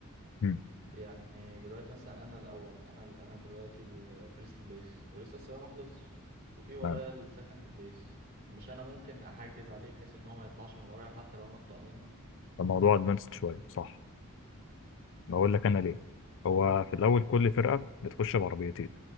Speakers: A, on the left; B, on the right.
A: مم،
B: يعني دلوقتي مثلا انا الاول انا ال... انا دلوقتي الفيرست بليس ولسه السباق ما خلصش وفي ورايا
A: تمام.
B: السكند بليس مش انا ممكن احجز عليه بحيث ان هو ما يطلعش من ورايا حتى لو انا ابطأ منه
A: الموضوع ادفانسد شوية صح بقول لك انا ليه هو
B: امم
A: في الاول كل فرقه بتخش بعربيتين